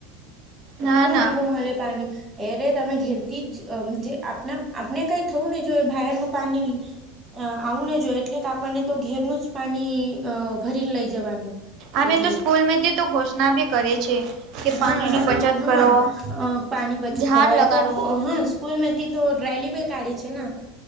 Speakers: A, on the right; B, on the right.
A: કેટલું
B: ના
A: માઘું
B: ના
A: મલે પાણી એરે તમે ઘેરતી જ જ આપ આપણે કઈ થવું નહી જો બહારનું પાણી અહહ આવુંને જો એટલે કે આપણને તો ઘેરનું જ પાણી અહહ ભરીને લઈ જવાનું
B: અમે
A: એટલે
B: તો સ્કૂલમાંથી તો ઘોષણા બી કરે છે કે પાણી
A: હા
B: ની બચત
A: ઈ હા
B: કરો
A: અ પાણી બચત
B: ઝાડ
A: કરય
B: લગાડવો
A: તો હા સ્કૂલમેથી તો રેલી બે કાઢી છે ને